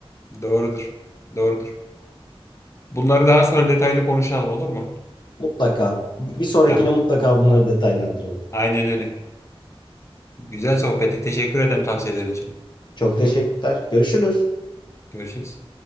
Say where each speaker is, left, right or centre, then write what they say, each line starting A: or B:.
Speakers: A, on the left; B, on the left.
A: doğrudur. Doğrudur. Bunları daha sonra detaylı konuşalım olur mu?
B: Mutlaka. Bir sonrakine
A: Tamam.
B: mutlaka bunları detaylandıralım.
A: Aynen öyle. Güzel sohbeti Teşekkür ederim tavsiyelerin için.
B: Çok teşekkürler. Görüşürüz.
A: Görüşürüz.